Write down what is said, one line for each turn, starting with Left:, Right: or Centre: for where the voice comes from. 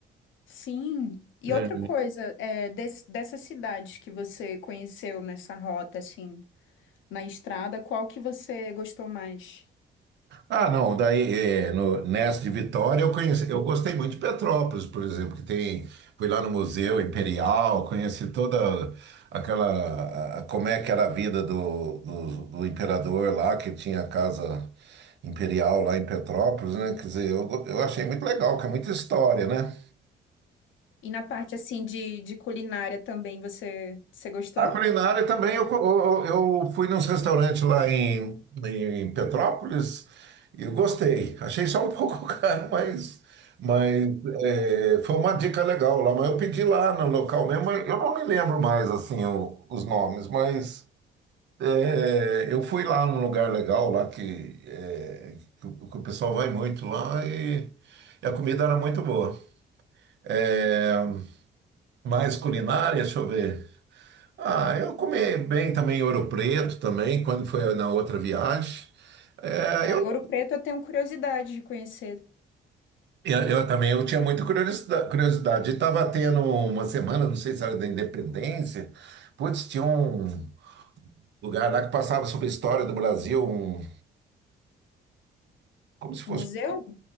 Left: Sim. E
Right: né?
Left: outra coisa, é, des- dessas cidades que você conheceu nessa rota, assim, na estrada, qual que você gostou mais?
Right: Ah, não, daí é, no, nessa de Vitória eu conheci, eu gostei muito de Petrópolis, por exemplo, que tem, fui lá no Museu Imperial, conheci toda aquela, a- a- como é que era a vida do, do, do imperador lá, que tinha a casa imperial lá em Petrópolis, né? Quer dizer, eu, go- eu achei muito legal, que é muita história, né?
Left: E na parte assim de, de culinária também, você, você gostou?
Right: A culinária também, eu, co- eu, eu fui num restaurante lá em, em Petrópolis e eu gostei. Achei só um <laughs> pouco caro, mas, mas é, foi uma dica legal lá. Mas eu pedi lá no local mesmo, mas eu não me lembro mais assim o- os nomes, mas é, eu fui lá num lugar legal lá que, é, que, o que o pessoal vai muito lá e, e a comida era muito boa. É, mais culinária, deixa eu ver. Ah, eu comi bem também ouro preto também, quando foi na outra viagem. É,
Left: Ah,
Right: eu,
Left: em Ouro Preto eu tenho curiosidade de conhecer
Right: eu também eu tinha muita curiosidade, curiosidade. Estava tendo uma semana, não sei se era da Independência, putz, tinha um lugar lá que passava sobre a história do Brasil, um, como se fosse
Left: o museu.